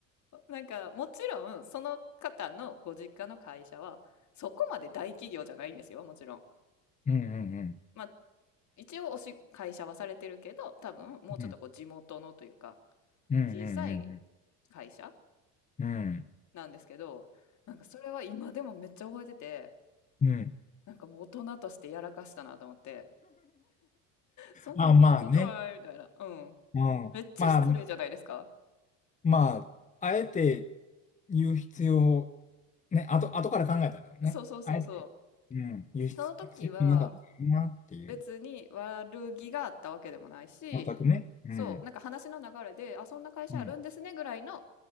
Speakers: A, on the left; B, on the left.
A: なんか、もちろん、その方のご実家の会社は、そこまで大企業じゃないんですよ、もちろん。
B: うんうん。
A: まあ、一応おし、会社はされてるけど、多分、もうちょっとこう、
B: うん
A: 地元のというか、
B: うんう
A: 小さい
B: ん
A: 会社
B: うん。うん。
A: なんですけど、なんかそれは今でもめっちゃ覚えてて、
B: うん。
A: なんかもう大人としてやらかしたなと思って、そんなん聞いたことないみたいな。
B: あ、まあね。
A: うん。
B: うん。
A: めっちゃ失礼じゃないですか。
B: まあ、まあ、あえて言う必要ね、後、後から考えたらね、
A: そうそうそうそう。
B: あえて、うん、輸出ついてなかったなっていう。
A: その時は、別に悪気があったわけでもないし、
B: 全くね。うん。
A: そう、なんか話の流れで、あ、そんな会社あるんですねぐらいの
B: うん。